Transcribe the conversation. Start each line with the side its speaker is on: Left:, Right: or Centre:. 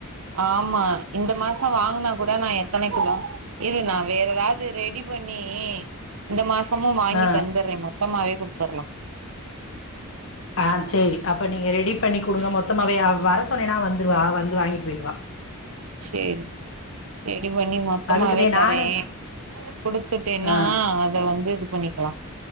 Right: ஆமா இந்த மாசொ வாங்குனா கூட நா எத்தன கிலோ இது நா வேற எதாவது ரெடி பண்ணி இந்த மாஸ் த்தமும் வாங்கி
Left: ஆ
Right: தந்துடுறே மொத்தமாவே குடுத்தர்லா
Left: ஆ சேரி அப்ப நீங்க ரெடி பண்ணி குடுங்க மொத்தமாவே அவ வர சொன்னேன்னா வந்துருவா வந்து வாங்கிட்டு பொய்ருவா
Right: சேரி ரெடி பண்ணி மொத்தமாவே
Left: அதுக்குதே
Right: தரே
Left: நானு
Right: குடுத்துட்டேன்னா
Left: ஆ
Right: அத வந்து இது பண்ணிக்கலா